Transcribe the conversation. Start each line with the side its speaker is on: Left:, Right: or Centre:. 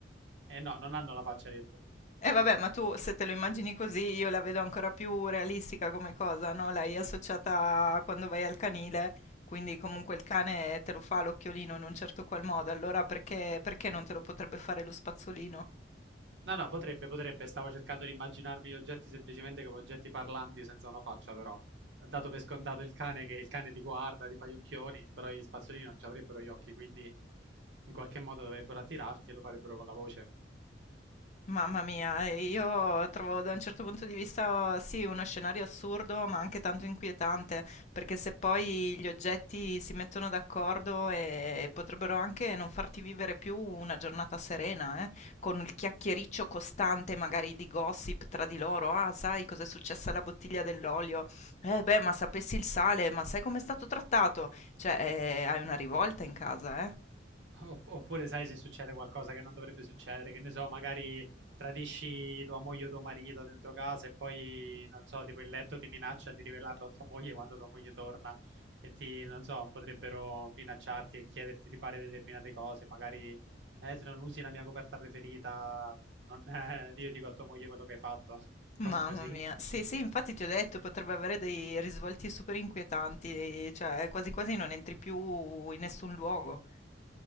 Right: Eh no, non hanno la faccia, hai detto.
Left: E vabbè, ma tu se te lo immagini così, io la vedo ancora più realistica come cosa, no? L'hai associata a quando vai al canile, quindi comunque il cane te lo fa l'occhiolino in un certo qual modo, allora perché, perché non te lo potrebbe fare lo spazzolino?
Right: No, no, potrebbe, potrebbe. Stavo cercando di immaginarmi gli oggetti semplicemente come oggetti parlanti senza una faccia, però. Dato per scontato il cane che il cane ti guarda, ti fa gli occhioni, però gli spazzolini non ci avrebbero gli occhi, quindi in qualche modo dovrebbero attirarti e lo farebbero con la voce.
Left: Mamma mia, e io trovo da un certo punto di vista sì, uno scenario assurdo, ma anche tanto inquietante, perché se poi gli oggetti si mettono d'accordo e potrebbero anche non farti vivere più una giornata serena, eh, con il chiacchiericcio costante magari di gossip tra di loro, ah, sai cos'è successa alla bottiglia dell'olio? Eh beh, ma sapessi il sale, ma sai com'è stato trattato? Cioè, eh, hai una rivolta in casa, eh.
Right: Opp- Oppure sai se succede qualcosa che non dovrebbe succedere, che ne so, magari tradisci tua moglie o tuo marito dentro casa e poi, non so, tipo il letto ti minaccia di rivelarlo a tua moglie quando tua moglie torna e ti, non so, potrebbero minacciarti e chiederti di fare determinate cose, magari, eh, se non usi la mia coperta preferita, non, <laughs> eh, io dico a tua moglie quello che hai fatto, <laughs> cose
Left: Mamma
Right: così.
Left: mia, sì, sì, infatti ti ho detto, potrebbe avere dei risvolti super inquietanti, cioè quasi quasi non entri più in nessun luogo.